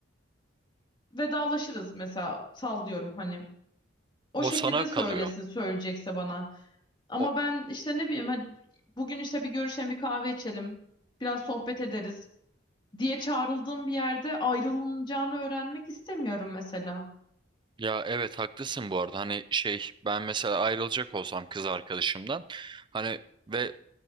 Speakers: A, on the left; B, on the right.
A: vedalaşırız mesela sallıyorum hani o
B: O
A: şekilde
B: sana
A: söylesin
B: kalıyor.
A: söyleyecekse bana. Ama
B: O
A: ben işte ne bileyim hadi bugün işte bir görüşelim bir kahve içelim. Biraz sohbet ederiz diye çağrıldığım bir yerde ayrılacağını öğrenmek istemiyorum mesela.
B: ya evet haklısın bu arada. Hani şey ben mesela ayrılacak olsam kız arkadaşımdan hani ve